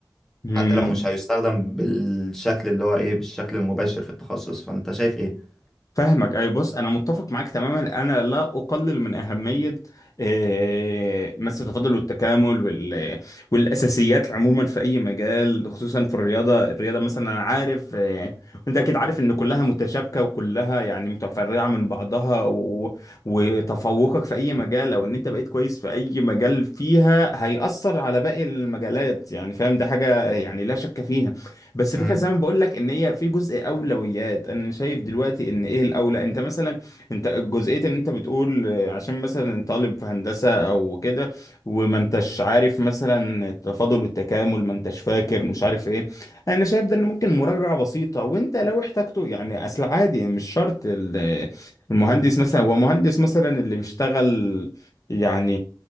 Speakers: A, on the left; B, in the centre.
A: مم.
B: حتى لو مش هيستخدم بالشكل اللي هو ايه بالشكل المباشر في التخصص فانت شايف ايه
A: فاهمك اي بص انا متفق معاك تماما انا لا اقلل من اهميه آه، مس التفاضل والتكامل وال والاساسيات عموما في اي مجال خصوصا في الرياضه الرياضه مثلا انا عارف آه، وانت اكيد عارف ان كلها متشابكه وكلها يعني متفرعه من بعضها و... وتفوقك في اي مجال او ان انت بقيت كويس في اي مجال فيها هيأثر على باقي المجالات يعني فاهم ده حاجه يعني لا شك فيها بس
B: مم،
A: فكرة زي ما بقول لك ان هي في جزء اولويات انا شايف دلوقتي ان ايه الاولى انت مثلا انت جزئية ان انت بتقول آه، عشان مثلا طالب في هندسة او كده وما انتش عارف مثلا التفاضل والتكامل ما انتش فاكر مش عارف ايه انا شايف ده ان ممكن مراجعة بسيطة وانت لو احتاجته يعني اصل عادي مش شرط ال- المهندس مثلا هو مهندس مثلا اللي بيشتغل يعني